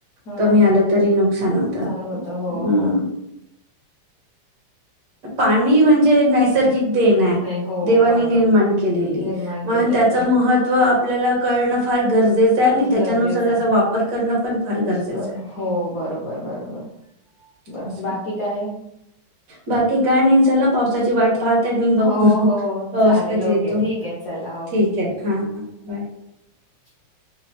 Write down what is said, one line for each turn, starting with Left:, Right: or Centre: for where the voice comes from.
Left: हा
Right: कमी आलं तरी नुकसान होत हम्
Left: होतं हो हो
Right: पाणी म्हणजे नैसर्गिक. देण
Left: नाही हो
Right: देवानी
Left: बरोबर
Right: निर्माण केलेली
Left: निर्माण
Right: म्हण
Left: केलेली
Right: त्याच महत्व आप आपल्याला कळणं फार. गरजेच आहे, आणि त्याच्यानुसार
Left: गरजेचं
Right: त्याचा
Left: आहे.
Right: वापर करणं पण फार गरजेचं
Left: ब
Right: आहे.
Left: हो बरोबर बरोबर बर
Right: असं
Left: बाकी काय.
Right: बाकी काय नाही चला पावस ची वाट पाहतय मी बघ
Left: हो हो
Right: पाऊस
Left: चालेल
Right: कधी
Left: ओके
Right: येतो
Left: ठीक आहे चला ओके
Right: ठीक आहे हा हा. बय.
Left: <inaudible>